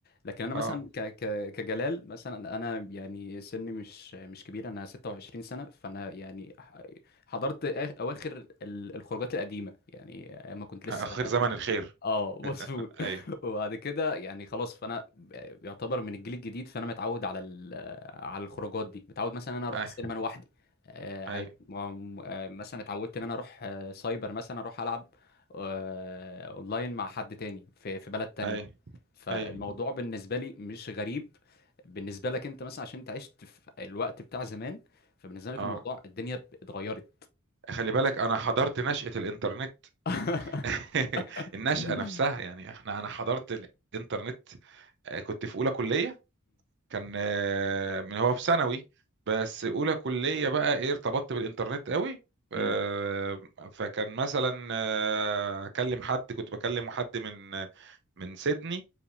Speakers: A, on the left; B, on the right.
A: لكن انا مثلا
B: اه
A: ك... ك... كجلال مثلا انا يعني سني مش مش كبير انا 26 سنه فانا يعني ح- حضرت آ- اواخر ال- الخروجات القديمه يعني ايام ما كنت لسه
B: آخر زمن الخير
A: اه مظبوط
B: أيوه
A: <laughs> وبعد كده يعني خلاص فانا يعتبر من الجيل الجديد فانا متعود على ال- آه، على الخروجات دي متعود مثلا انا اروح
B: أيوه
A: السينما لوحدي آه، عادي
B: أيوه
A: م- آه، مثلا اتعودت ان انا اروح آه، سايبر مثلا اروح العب آه، اونلاين مع حد تاني في في بلد تانية
B: أيوه
A: فالموضوع
B: أيوه
A: بالنسبه لي مش غريب بالنسبه لك انت مثلا عشان انت عشت في الوقت بتاع زمان فبالنسبه لك
B: اه
A: الموضوع الدنيا اتغيرت
B: خلي بالك أنا حضرت نشأة الإنترنت
A: <laughs>
B: <laughs> النشأة
A: <laughs>
B: نفسها يعني احنا أنا حضرت الإنترنت آه، كنت في أولى كلية كان آه، من هو في ثانوي بس اولى كليه بقى ايه ارتبطت بالانترنت قوي آه،
A: مم.
B: فكان مثلا آه، اكلم حد كنت بكلم حد من من سيدني